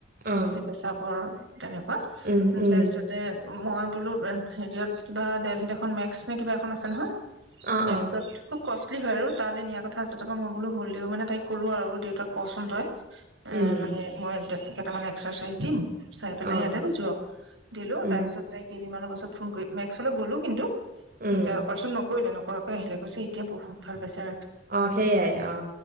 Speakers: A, on the right (about 50°); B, on the right (about 90°).
A: অ
B: পেচাবৰ তেনেকুৱা
A: উম উম
B: তাৰ পিছতে মই বোলো হেৰিয়ত কিবা দেলহিত এখন মেক্স নে কিবা এখন আছে নহয়
A: অ
B: মেকছত
A: অ
B: খুব কষ্ট হয় আৰু তালৈ নিয়া কথা আছে টাপা মই বোলো হলেও মানে তাই কলো আৰু দেউতাক কচোন তই এ
A: উম
B: মানে মই তাৰ মানে এক্সাৰচাইজ দিম চাই পেলাই
A: অ
B: ইয়াতে গুছো দিলো
A: উম
B: তাৰ পিছত তাই কেইদিনমানৰ পাছত ফোন কৰি মেক্সলৈ গ'লো কিন্তু
A: উম
B: এতিয়া অপাৰ্চন নকৰিলে ন? পকৈ আহিলে কৈছে এতিয়া বহুত ভাল পছাৰ
A: অ সেইয়াই অ